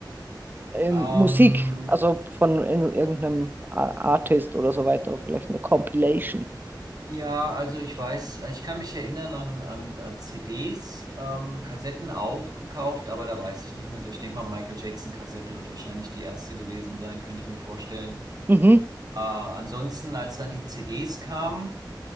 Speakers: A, on the right; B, on the right.
A: Ähm,
B: Ähm,
A: Musik, also von in, irgendeinem A- Artist oder so weiter, vielleicht eine Compilation.
B: Ja, also ich weiß, ich kann mich erinnern an, an äh, CDs, ähm, Kassetten auch gekauft, aber da weiß ich nicht mehr so. Ich denke mal, Michael Jackson-Kassette wird wahrscheinlich die erste gewesen sein, könnte ich mir vorstellen.
A: Mhm.
B: Äh, ansonsten, als dann die CDs kamen,